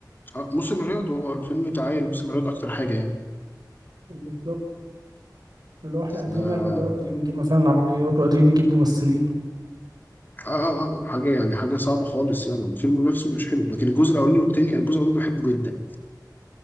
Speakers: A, on the left; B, on the right.
A: آه، موسم الرياض هو الفيلم اتعايل موسم الرياض اكتر حاجه يعني
B: بالظبط اللي هو احنا
A: ف-
B: قادرين
A: آه,
B: نعمل ده وقادرين نجيب مثلا العربيات وقادرين نجيب ممثلين و...
A: آه, آه حاجه يعني حاجه صعبه خالص يعني الفيلم نفسه مش حلو لكن الجزء الاولاني والتاني أنا الجزء الاولاني ده بحبه جدا